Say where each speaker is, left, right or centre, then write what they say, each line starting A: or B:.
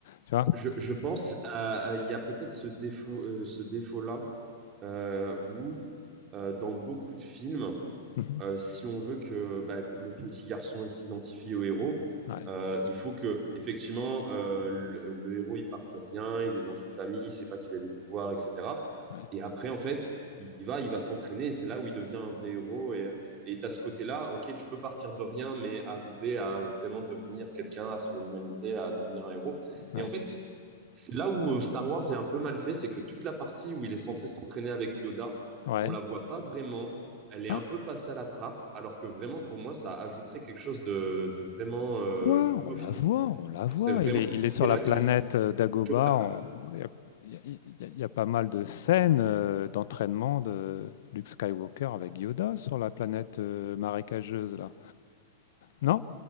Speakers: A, on the left; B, on the right.
A: tu vois? <laughs>
B: je, je pense à, à- il y a peut-être ce défaut, euh, ce défaut-là euh, où euh, dans beaucoup de films,
A: Mhm.
B: euh, si on veut que bah, le petit garçon il s'identifie au héros,
A: Ouais,
B: euh, il faut que effectivement euh, le, le héros il part de rien, il est dans une famille, il sait pas qu'il a des pouvoirs, etc.
A: ouais,
B: Et après en fait, il il va, il va s'entraîner, et c'est là où il devient un vrai héros. Et et t'as ce côté-là, ok, tu peux partir de rien, mais arriver à vraiment devenir quelqu'un, à sauver l'humanité, à devenir un héros.
A: ouais,
B: Et en fait, c'est là où euh, Star Wars est un peu mal fait, c'est que toute la partie où il est censé s'entraîner avec Yoda,
A: ouais.
B: on la voit pas vraiment elle est
A: Ah,
B: un peu passée à la trappe, alors que vraiment, pour moi, ça ajouterait quelque chose de, de vraiment euh,
A: Quoi?
B: cool
A: On
B: au
A: la
B: film.
A: voit, on la voit.
B: Ce serait vraiment
A: Il est,
B: ce
A: il est sur
B: côté-là
A: la planète
B: qui nous
A: euh, Dagobah.
B: choque,
A: on- Il y a, il y a- il y a- il y a pas mal de scènes euh, d'entraînement de Luke Skywalker avec Yoda sur la planète euh, marécageuse, là. Non?